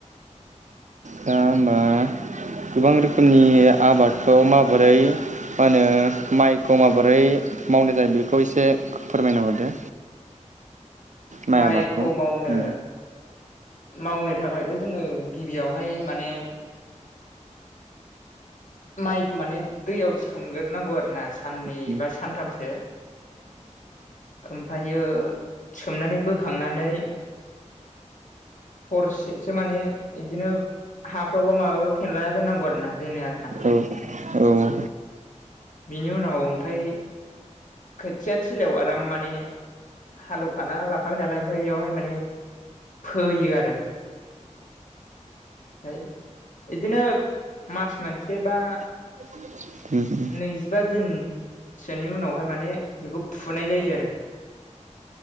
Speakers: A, on the right (about 70°); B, on the left (about 80°).
A: दा होमबा गोबां रोखोमनि आबादखौ माबोरै मा होनो माइखौ माबोरै मावनाय जायो। बेखौ एसे फोरमायना हरदो। माइ
B: माइखौ
A: आबादखौ
B: मावनो
A: उम।
B: मावनो थाखायथ' जोङो गिबियावहाय माने। माइखौ माने दैयाव सोमगोर नांगौ आरो ना। साननै
A: बिनि
B: बा सानथामसो। ओमफायो सोमनानै बोखांनानै हरसेसो माने इदिनो हाफ्रावबो माबाफोर फेनलाना दोननांगौ आरोना दोनो आरो ना।
A: ओ औ
B: बिनि उनाव ओमफाय खोथिया थिलायाव आराम माने हालौवखाना लाखाबाय नालाय ओमफ्राय बेयावहाय माने। फोयो आरो फाय इदिनो मास मोनसे बा
A: उम हो
B: नैजिबा दिनसोनि उनावहाय माने बेखौ फुनाय जायो आरो।